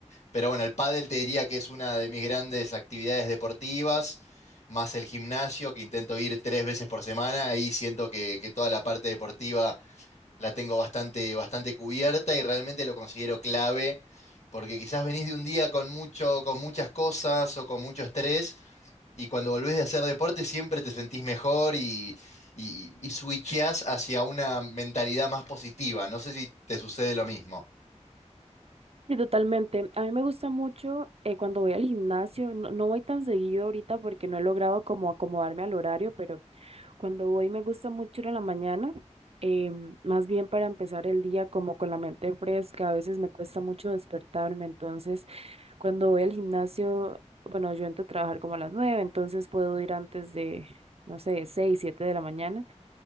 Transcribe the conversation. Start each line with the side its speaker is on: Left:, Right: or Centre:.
Left: Pero bueno, el pádel te diría que es una de mis grandes actividades deportivas, más el gimnasio, que intento ir tres veces por semana. Ahí siento que, que toda la parte deportiva la tengo bastante, bastante cubierta y realmente lo considero clave, porque quizás venís de un día con mucho, con muchas cosas o con mucho estrés, y cuando volvés de hacer deporte siempre te sentís mejor y, y, y switcheás hacia una mentalidad más positiva. No sé si te sucede lo mismo.
Right: Sí, totalmente. A mí me gusta mucho eh, cuando voy al gimnasio, no, no voy tan seguido ahorita porque no he logrado como acomodarme al horario, pero cuando voy me gusta mucho ir a la mañana, em, más bien para empezar el día como con la mente fresca, a veces me cuesta mucho despertarme, entonces... Cuando voy al gimnasio, bueno, yo entro a trabajar como a las nueve, entonces puedo ir antes de, no sé, seis, siete de la mañana.